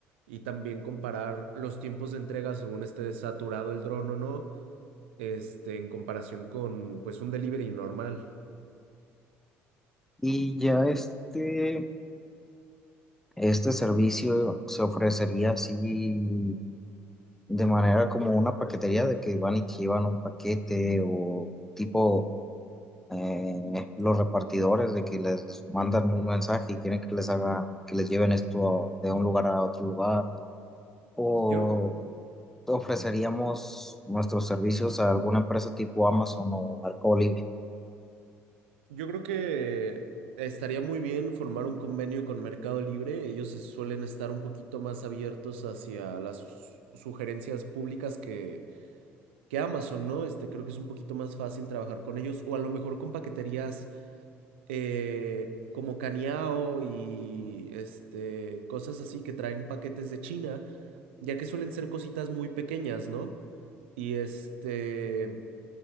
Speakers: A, on the right; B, in the centre.
A: Y también comparar los tiempos de entrega según esté saturado el dron o no, este, en comparación con pues un delivery normal.
B: Y ya este, este servicio se ofrecería así de manera como una paquetería de que van y te llevan un paquete o tipo eh, los repartidores de que les mandan un mensaje y quieren que les hagan, que les lleven esto de un lugar a otro lugar. O
A: Yo
B: ofreceríamos nuestros servicios a alguna empresa tipo Amazon o Mercado Libre.
A: Yo creo que estaría muy bien formar un convenio con Mercado Libre. Ellos se suelen estar un poquito más abiertos hacia las sus- sugerencias públicas que, que Amazon, ¿no? Este, creo que es un poquito más fácil trabajar con ellos o a lo mejor con paqueterías eh, como Caniao y este, cosas así que traen paquetes de China, ya que suelen ser cositas muy pequeñas, ¿no? Y este...